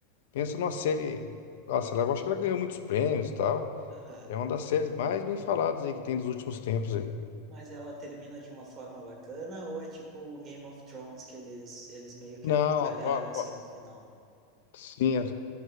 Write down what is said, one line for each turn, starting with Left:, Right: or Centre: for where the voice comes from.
Left: Pensa numa série. Nossa, ela- eu acho que ela ganhou muitos prêmios e tal.
Right: aham.
Left: É uma das séries mais bem faladas aí que tem dos últimos tempos aí.
Right: Mas ela termina de uma forma bacana ou é tipo o Game of Thrones que eles eles meio que
Left: Não,
Right: avacalharam
Left: a fa- fa-
Right: assim no final?
Left: sim, é,